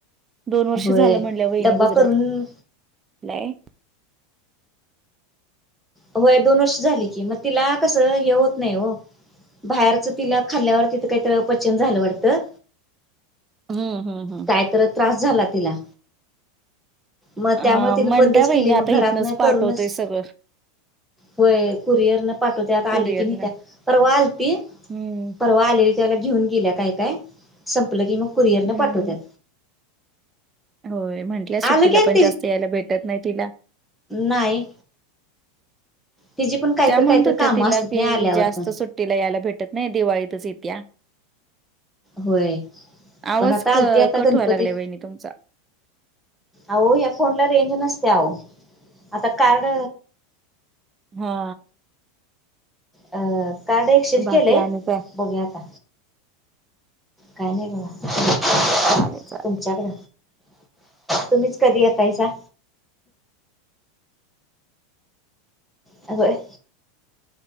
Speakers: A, on the right; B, in the centre.
A: दोन वर्ष
B: होय
A: झालं म्हटल्या, वहिणी
B: डब्बा
A: गुजरात
B: करून
A: ला हाय.
B: व्हय दोन वर्ष झाले, की मग तिला कसं हे होत नाही ओ बाहेरच तिला खाल्ल्यावर, तिथं काहीतरी अपचन झालं वाटतं.
A: हम्म हम हम्.
B: काय तर त्रास झाला तिला मग त्यामुळे
A: हा
B: तिने
A: म्हणल्या
B: बंदच
A: वहिनी
B: केली,
A: आता
B: मग घरातन
A: इथनच पाठवतोय
B: करूनच
A: सगळं
B: व्हय कुरिअर न पाठवत्यात,
A: कुरिअरनं
B: आली की न्हेतिया परवा आलती,
A: हम्म.
B: परवा आलेली. त्याला घेऊन गेलीया काय काय? संपलं की, मग कुरिअर न
A: हम्म
B: पाठवत्यात.
A: होय म्हटल्या, सुट्टीला
B: आलं की आणि
A: पण जास्त यायला भेटत नाही तिला
B: नाई तिची पण काहीतर
A: त्या म्हणत
B: काहीतर
A: होत्या
B: कामं असत्यात,
A: की
B: नाई आल्यावर
A: जास्त
B: पण
A: सुट्टीला तिला यायला भेटत नाही दिवाळीतच येतिया.
B: होय
A: आवाज
B: पण आता आलती
A: क
B: आता
A: कट
B: गणपतीत
A: व्हाय लागलाय वहिणी तुमचा
B: अहो या फोनला रेंज नसते, आओ आता कार्ड
A: हा.
B: अ कार्ड एक्सचेंज
A: बाकी
B: केलंय
A: आणि काय
B: बघू या आता काय नाही बघा?
A: चालेल चालेल.
B: तुमच्याकड, तुम्हीच कधी येतायसा? चालू हाय.